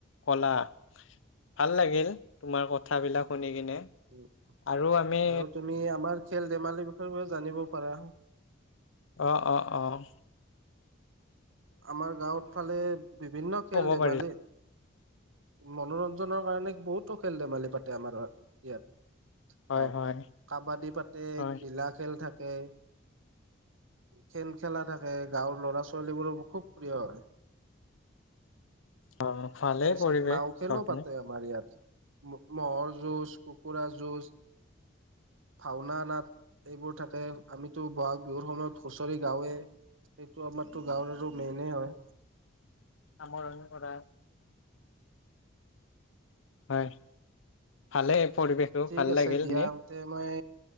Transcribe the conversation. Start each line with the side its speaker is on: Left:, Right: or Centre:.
Left: কলা ভাল লাগিল তোমাৰ কথাবিলাক শুনি কিনে
Right: উম
Left: আৰু আমি
Right: আৰু তুমি আমাৰ খেল ধেমালি বিষয়েও জানিব পাৰো
Left: আহ অ আহ
Right: আমাৰ গাঁৱত ফালে বিভিন্ন খেল
Left: ক'ব
Right: ধেমালি
Left: পাৰিলা
Right: মনোৰঞ্জন জনৰ কাৰণে বহুতো খেল ধেমালি পাতে আমাৰ ইয়াত
Left: হয়
Right: গাঁৱত
Left: হয়
Right: কাবাডী পাতে
Left: হয়
Right: ঘিলা খেল থাকে খেল খেলা থাকে গাঁৱৰ লৰা ছোৱালীবোৰো খুব প্ৰিয় হয়
Left: অ ভালেই
Right: তাৰপিছত
Left: পৰিৱেশ
Right: নাও খেলো
Left: গাঁৱৰ পিনে
Right: পাতে আমাৰ ইয়াত ম'হৰ যুঁজ কুকুৰা যুঁজ ভাওনা নাট এইবোৰ থাকে আমিতো বহাগ বিহুৰ সময়ত হুঁচৰি গাওঁৱে সেইটো আমাৰতো গাঁৱৰ আৰু মেইনে হয়
Left: আমৰৰা হয় ভালেই পৰিৱেশো
Right: ঠিক
Left: ভাল
Right: আছে
Left: লাগিল
Right: দিয়া
Left: নে
Right: তে মই